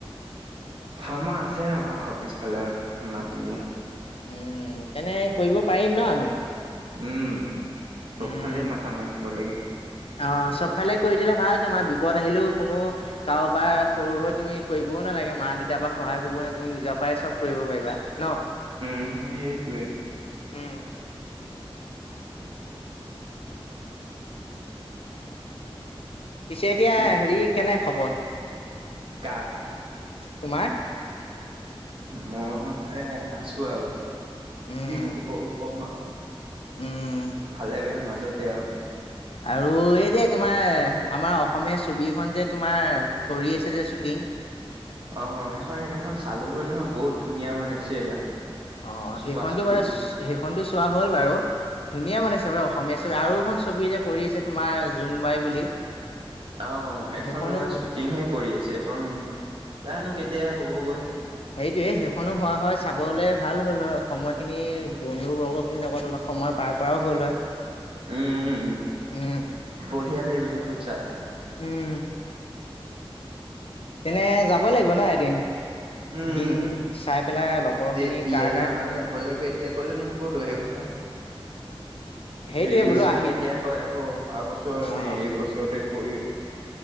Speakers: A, on the right; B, on the left.
A: ফাৰ্মৰ আছে। আমাৰ ঘৰৰ পিছফালে মাটি
B: উম, তেন্তে কৰিব পাৰিম ন আমি?
A: উম। চবফালেই
B: উম
A: মাথা মাৰি থ'ব লাগে।
B: অ', চবফালে কৰি থ'লে ভাল। তোমাৰ বিপদ আহিলেও কোনো কাৰোৰ পৰা সৰু হৈ তুমি কৰিবও নালাগে। মা-দেউতাৰ পৰা সহায় ল'বও নালাগে। তুমি নিজৰ পৰাই চব কৰিব পাৰিবা ন?
A: সেইটোৱেই
B: উম, পিছে এতিয়া
A: পিছ
B: হেৰি, কেনে খবৰ?
A: কাৰ?
B: তোমাৰ
A: মই এই, আছোঁ আৰু
B: উম,
A: কি খবৰ কম আৰু
B: উম।
A: ভালে বেয়াই মাজ তে আৰু
B: আৰু এই যে তোমাৰ, আমাৰ অসমীয়া ছবিখন যে, তোমাৰ, কৰি আছে যে শ্বুটিং
A: অ', সেইখন সেইদিনাখন চালোঁগৈ নহয়। বহুত ধুনীয়া বনাইছে এইবাৰ।
B: অ',
A: চুপা
B: সেইখনটো
A: চুপি
B: ফাৰ্ষ্ট, সেইখনটো চোৱা হ'ল বাৰু ধুনীয়া বনাইছে বাৰু। অসমীয়া ছবি, আৰু এখন ছবি যে কৰি আছে তোমাৰ জোনবাই বুলি
A: অ', সেইখন
B: সেইখনো
A: তোমাৰ শ্বুটিংহে কৰি আছে। সেইখন জানো কেতিয়া হ'বগৈ
B: সেইটোৱেই। সেইখনো হোৱা হয় চাবলে ভাল হ'ল হয়, সময়খিনি বন্ধু বৰ্গখিনিৰ লগত অলপ সময় পাৰ কৰাও হ'ল হয়।
A: উম উম উম
B: উম
A: বঢ়িয়া লাগিব সেইখন- চাই।
B: উম। এনেই যাব লাগিব ন এদিন
A: উম
B: দিন চাই পেলাই লগৰ
A: যেতিয়া
B: খিনি কাৰ কাৰ-
A: নহয় যাব লাগিব এতিয়া ক'লে <unintelligible>
B: সেইটোৱে
A: ৰিলিজ
B: বোলো
A: বা
B: আহিল
A: কেতিয়া হয় আকৌ অহা বছৰ এনে
B: অ
A: এইবছৰতে কৰি-